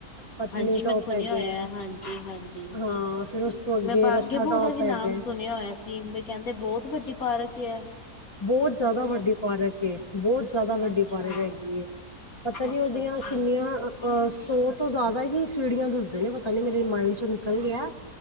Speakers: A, on the left (about 20°); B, on the left (about 65°).
A: ਪਤਨੀਟੋਪ
B: ਹਾਂਜੀ ਮੈਂ ਸੁਨਿਆ
A: ਹੈਗਾ
B: ਹੋਇਆ
A: ਹੈ,
B: ਹਾਂਜੀ ਹਾਂਜੀ
A: ਹਾਂ ਫਿਰ ਉਸ ਤੋਂ ਅੱਗੇ
B: ਮੈਂ ਬਾਗੇ
A: ਨੱਥਾ
B: ਬਹੁ
A: ਟੋਪ
B: ਦਾ ਵੀ ਨਾਮ
A: ਹੈਗਾ
B: ਸੁਨਿਆ ਹੋਇਆ ਸੀ ਬਈ ਕਹਿੰਦੇ ਬਹੁਤ ਵੱਡੀ ਪਾਰਕ ਏ।
A: ਬਹੁਤ ਜ਼ਿਆਦਾ ਵੱਡੀ ਪਾਰਕ ਏ ਬਹੁਤ ਜ਼ਿਆਦਾ ਵੱਡੀ
B: ਅੱਛਾ
A: ਪਾਰਕ ਹੈਗੀ ਏ ਪਤਾ ਨੀ
B: ਅੱਛਾ
A: ਉਹਦੀਆਂ
B: ਅੱਛਾ
A: ਕਿੰਨੀਆਂ ਅ ਸੋ ਤੋਂ ਜ਼ਿਆਦਾ ਹੀ ਸੜੀਆਂ ਦੱਸਦੇ ਨੇ ਪਤਾ ਨੀ ਮੇਰੇ ਮਾਇਡ ਚ ਨਿਕਲ ਗਿਆ